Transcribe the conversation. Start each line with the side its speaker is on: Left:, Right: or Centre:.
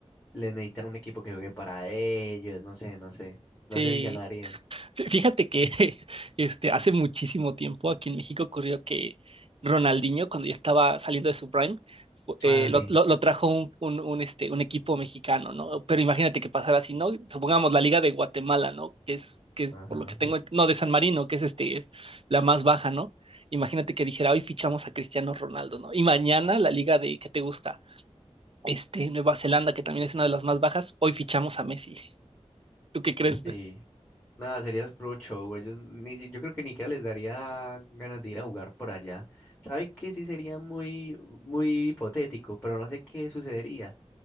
Left: le necesitan un equipo que juegue para ellos, no sé, no sé, no
Right: sí.
Left: sé si ganarían.
Right: Fí- Fíjate que <laughs> este, hace muchísimo tiempo aquí en México ocurrió que Ronaldinho, cuando ya estaba saliendo de su prime, fu- eh,
Left: Ah, sí,
Right: lo, lo- lo trajo un, un- un, este, un equipo mexicano, ¿no? Pero imagínate que pasara así, ¿no? Supongamos la Liga de Guatemala, ¿no? Que es, que es
Left: ajá.
Right: por lo que tengo, ent- no, de San Marino, que es este, la más baja, ¿no? Imagínate que dijera, hoy fichamos a Cristiano Ronaldo, ¿no? Y mañana la Liga de, ¿qué te gusta? Este, Nueva Zelanda, que también
Left: eh,
Right: es una de las más bajas, hoy fichamos a Messi. <laughs> ¿Tú qué crees?
Left: Sí. Nada, sería pro show, ellos ni si, yo creo que ni siquiera les daría ganas de ir a jugar por allá. ¿Sabe que sí sería muy, muy hipotético, pero no sé qué sucedería?